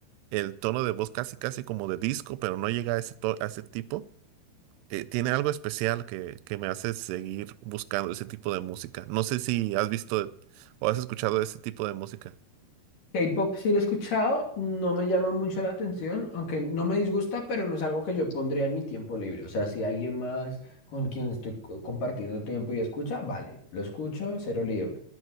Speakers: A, on the right; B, on the left.
A: el tono de voz casi casi como de disco, pero no llega a ese, to- a ese tipo. Eh, tiene algo especial que, que me hace seguir buscando ese tipo de música. No sé si has visto o has escuchado ese tipo de música.
B: K-pop sí lo he escuchado, no me llama mucho la atención, aunque no me disgusta, pero no es algo que yo pondría en mi tiempo libre. O sea, si alguien más con quien estoy co- compartiendo tiempo y escucha, vale, lo escucho, cero lío.